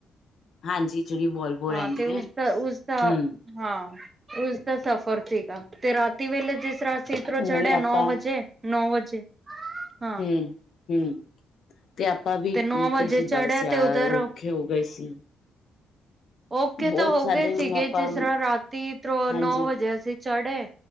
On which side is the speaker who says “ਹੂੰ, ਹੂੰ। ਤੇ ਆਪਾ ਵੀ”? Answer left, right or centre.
Left